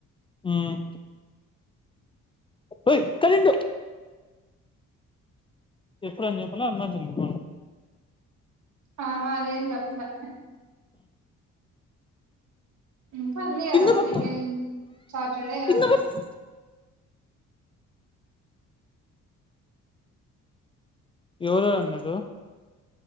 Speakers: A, on the left (about 20°); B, on the right (about 70°).
A: మ్మ్మ్ ఎయ్ కలిం ఎప్పుడు అని చెప్పలా అరుణాచలంకి
B: ఆహా అదేం చెప్పలే ఇంకా ఉంది కదా
A: కింద పట్టు
B: సెకండ్ సాటర్డే కదా
A: కింద పట్టు ఎవరెవరు ఉన్నారు